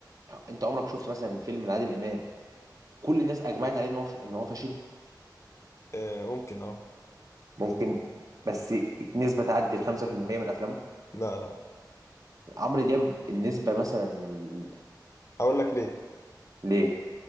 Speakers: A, on the right; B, on the left.
A: انت عمرك شفت مثلا فيلم لعادل امام كل الناس اجمعت عليه ان هو ان هو فاشل
B: آه، ممكن اه
A: ممكن بس نسبه تعدي ال 5% من افلامه
B: لا لا
A: عمرو دياب النسبه مثلا ال...
B: اقول لك ليه
A: ليه